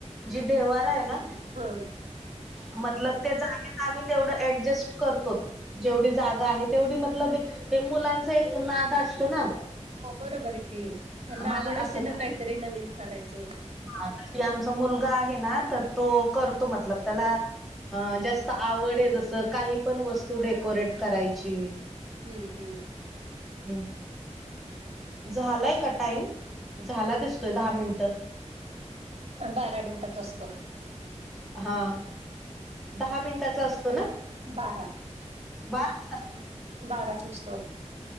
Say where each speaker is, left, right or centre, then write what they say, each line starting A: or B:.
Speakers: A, in the centre; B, on the right.
A: जे देवारा आहे ना
B: हं.
A: मतलब त्या जागेत आम्ही तेवढ ऍडजस्ट करतो जेवढी जागा आहे तेवढी मतलब हे मुलांच नाद असतो ना
B: हो बरोबरये की त्यांना
A: आम्हाला
B: आवड असते
A: असं करायचं
B: ना काहीतरी नवीन करायचं
A: हा ती मुलगा आहे ना तर करतो मतलब त्याला अ जास्त आवड आहे जसं काही पण वस्तू डेकोरेट करायची
B: हू हू
A: हम, झालाय का टाईम? झाला दिसतोय दहा मिनिटं.
B: बारा मिनिटा चा असतो.
A: हा, दहा मिनिटांचा असतो ना,
B: बारा
A: बारा असततात
B: बाराचा आणतो.